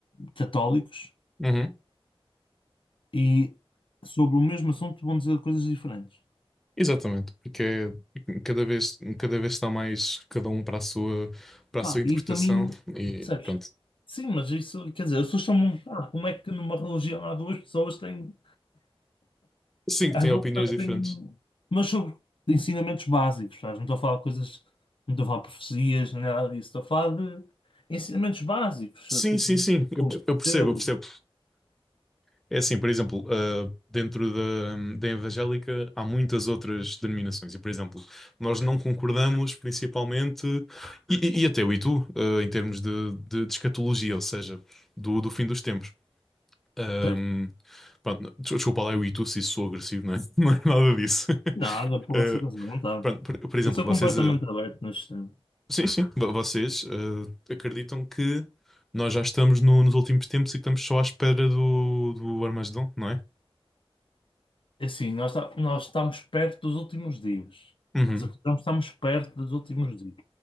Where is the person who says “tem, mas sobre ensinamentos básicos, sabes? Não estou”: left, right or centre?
Left